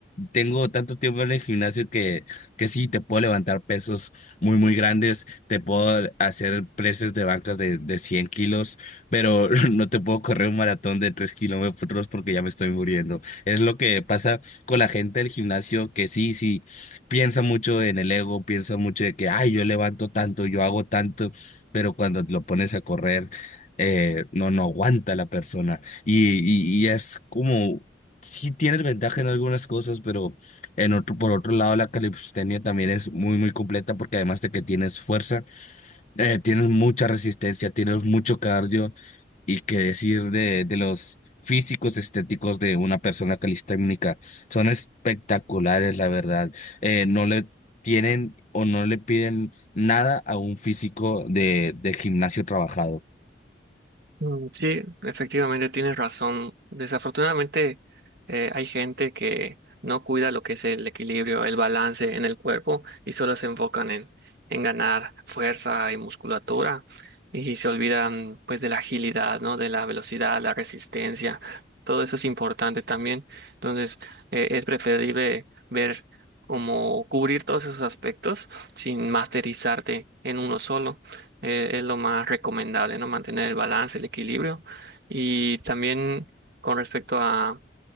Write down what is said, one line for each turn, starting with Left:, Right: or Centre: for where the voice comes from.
Left: Tengo tanto tiempo en el gimnasio que, que sí, te puedo levantar pesos muy, muy grandes, te puedo hacer presses de bancas de, de 100 kilos, pero <laughs> no te puedo correr un maratón de 3 kilómetros porque ya me estoy muriendo. Es lo que pasa con la gente del gimnasio que sí, sí, piensa mucho en el ego, piensa mucho de que, ay, yo levanto tanto, yo hago tanto, pero cuando lo pones a correr, eh, no, no aguanta la persona. Y, y, y es como sí tienes ventaja en algunas cosas, pero en otro, por otro lado, la calistenia también es muy, muy completa porque además de que tienes fuerza, eh, tienes mucha resistencia, tienes mucho cardio y qué decir de, de los físicos estéticos de una persona calisténica. Son espectaculares, la verdad. Eh, no le tienen o no le piden nada a un físico de, de gimnasio trabajado.
Right: Mm, Sí, efectivamente tienes razón. Desafortunadamente eh, hay gente que no cuida lo que es el equilibrio, el balance en el cuerpo y solo se enfocan en, en ganar fuerza y musculatura y se olvidan pues de la agilidad, ¿no? De la velocidad, la resistencia. Todo eso es importante también. Entonces eh, es preferible ver cómo cubrir todos esos aspectos sin masterizarte en uno solo eh, es lo más recomendable, ¿no? Mantener el balance, el equilibrio. Y también con respecto a,